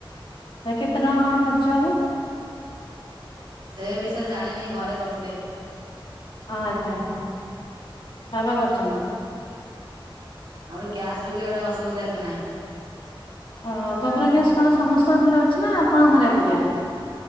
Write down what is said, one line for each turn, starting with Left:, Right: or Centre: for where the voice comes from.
Left: ସେ କେତେ ଟଙ୍କା କଣ ଖର୍ଚ୍ଚ ହବ?
Right: ସେ ବିଷୟରେ ଜାଣିନି ଘରେ କରିଥିଲେ।
Left: ଓ ହୋ ଆଚ୍ଛା ଆଚ୍ଛା ବାବା କରିଛନ୍ତି?
Right: ଆମର ଗ୍ୟାସ୍ ଯୋଗୁଁ ଇଆଡେ ଅସୁବିଧା ଏତେ ନାହିଁ।
Left: ଓ ଗୋବର ଗ୍ୟାସ୍ କଣ ସମସ୍ତଙ୍କ ଘରେ ଅଛି ନା ଆପଣଙ୍କ ଘରେ ଏକୁଟିଆ।